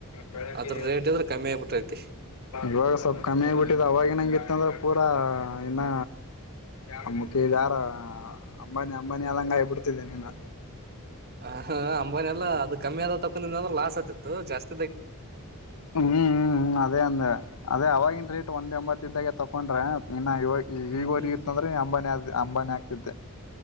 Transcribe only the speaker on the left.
ಬೆಗ್ಗೆ
ಇವಾಗ ಸ್ವಲ್ಪ ಕಮ್ಮಿ ಆಗ್ಬಿಟ್ಟಿದೆ ಅವಾಗ ಏನಂಗಿತ್ತು ಇಂದ್ರ ಪೂರಾ ಇನ್ನ ಅ ಮುಖಿ ಜ ಯಾರ ಅಂಬಾನಿ ಅಂಬಾನಿ ಅದಂಗ ಬಿಿಡ್ತಿದ್ದೇನಿ ನ
ಹ್ಮ್ ಹ್ಮ್ ಹ್ಮ್ ಅದೇ ಅಂದ ಅದೇ ಅವವಾಗಿನ ರೇಟ್ ಒಂದ್ ಎಂಬತ್ತ ಇದಾಗೆ ತಕೊಂಡ್ರೆ ಇನ್ನ ಈವಾಗ್
ಈಗ ಹೋಗಿ
ಇತ್ತಂದ್ರೆ ಅಂಬಾನಿ ಅದ್ ಅಂಬಾನಿ ಆಗ್ತಿದ್ದೆ